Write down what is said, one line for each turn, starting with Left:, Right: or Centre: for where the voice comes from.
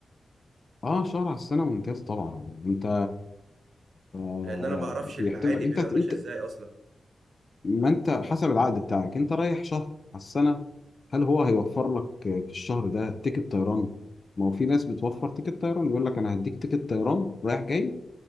Left: اه شهر على السنه ممتاز طبعا انت آه
Right: لان انا ما اعرفش
Left: بيعتبرك
Right: العادي
Left: انت
Right: بيبقى ماشي
Left: انت
Right: ازاي اصلا
Left: ما انت حسب العقد بتاعك انت رايح شهر على السنه هل هو هيوفر لك في الشهر ده تيكت طيران ما هو في ناس بتوفر تيكت طيران يقول لك انا هديك تيكت طيران رايح جاي